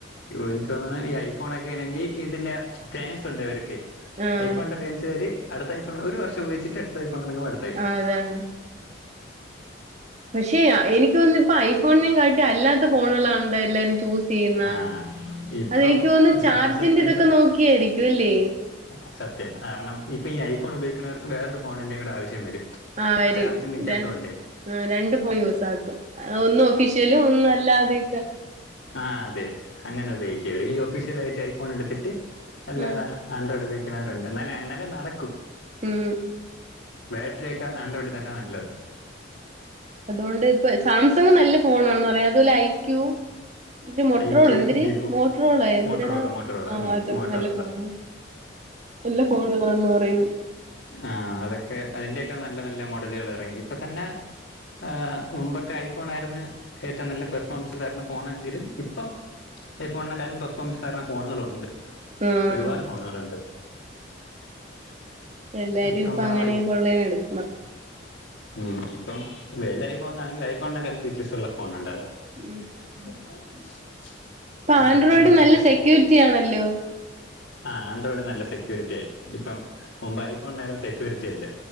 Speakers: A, on the left; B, on the right.
A: എനിക്ക് തോന്ന്ണ് ഈ ഐഫോണൊക്കെ ഏണെങ്കി ഇതിന്റെ ഫാൻസ് ഉണ്ടവർക്കെ.
B: ആഹ്
A: ഐഫോൺന്റെ ഫാൻസുകാര് അടുത്ത ഐ ഫോൺ ഒരു വർഷ ഉപയോഗിച്ചിട്ട് അടുത്ത ഐഫോൺ ഇറങ്ങും. അ
B: ആഹ് അതെ ആണ്. പക്ഷെ അഹ് എനിക്കോന്ന്ണ് ഇപ്പോ ഐഫോണിനേം കാട്ടി അല്ലാത്ത ഫോണുകളാന്ത എല്ലാരും ചൂസ് ചെയ്യുന്നാ.
A: ആ ഇപ്പം
B: അതെനിക്ക് തോന്ന് ന്ന് ചാർജിന്റെ
A: സാംസങ്
B: ഇതൊക്കെ നോക്കിയായിരിക്കു അല്ലേ?
A: അഹ് സത്യം കാരണം ഇപ്പൊ ഈ ഐ ഫോൺ ഉപയോഗിക്ക്ണവർക്കും വേറൊരു ഫോണിന്റെയും കൂടെ ആവശ്യം വരും.
B: ആഹ് വരും
A: ചാർജ് നിൽക്കാത്തതുകൊണ്ട്
B: തെ ആഹ് രണ്ടു ഫോൺ യൂസാക്കും. ഒന്ന് ഒഫീഷ്യലും ഒന്ന് അല്ലാത്യൊക്കെ
A: ആഹ് അതെ അങ്ങനെ ഉപയോഗിക്കാടി ഈ ഒഫീഷ്യൽ ആയിട്ട് ഐഫോൺ എടുത്തിട്ട് അല്ലാതാ
B: ഉം
A: ആൻഡ്രോയിഡ് ഉപയോഗിക്കുന്നവരുണ്ട് നല്ല എന്നലെ നടക്കും
B: ഉം
A: ബാറ്ററിയൊക്കെ ആൻഡ്രോയിഡ് തന്നെ നല്ലത്
B: അതുകൊണ്ട് ഇപ്പ സാംസങ് നല്ല ഫോണാണെന്ന് പറയാ അതുപോലെ ഐക്യൂ എന്തിരി മോട്ട്രോള്
A: ഐക്യു
B: എന്തിരി
A: വിവോ
B: മോട്ട്രോള എന്തിടാ
A: മോട്ടറോള മോട്ടറോള
B: ആഹ് അതൊക്കെ
A: മോട്ടറോള
B: നല്ല ഫോണ എല്ല പോകതാണെന്ന് പറയുന്നു
A: ആ അതൊക്കെ അതിന്റെയൊക്കെ നല്ല നല്ല മോഡലുകൾ ഇറങ്ങി ഇപ്പൊ തന്നെ ആ മുമ്പൊക്കെ ഐഫോൺ ആയിരുന്നു ഏറ്റവും നല്ല പെർഫോമൻസ് തരണ ഫോണെങ്കിലും ഇപ്പം ഐഫോണിനക്കാളും പെർഫോമൻസ് തരണ ഫോണുകളുണ്ട്
B: ആഹ്
A: ഒരുപാട് ഫോണുകളുണ്ട്
B: എല്ലാരും
A: ഇപ്പം
B: ഇപ്പൊ അങ്ങനെ
A: ആ ഐ
B: കൊള്ളേ എടുക്കണം
A: ഉം ഇപ്പം വില ഐഫോണാണെങ്കിൽ ഐ ഫോണിനെക്കാൾ ഫീച്ചേഴസ് ഉള്ള ഫോണുണ്ട് അത
B: ഉം
A: <inaudible>
B: ഇപ്പൊ
A: അതൊക്കെയാണ്
B: ആൻഡ്രോയിഡ് നല്ല
A: കാര്യം
B: സെക്യൂരിറ്റി ആണല്ലോ
A: ആഹ് ആഡ്രോയിഡ് നല്ല സെക്യൂരിറ്റി ആയി ഇപ്പം മുമ്പ് ഐഫോണിരം സെക്യൂരിറ്റില്ല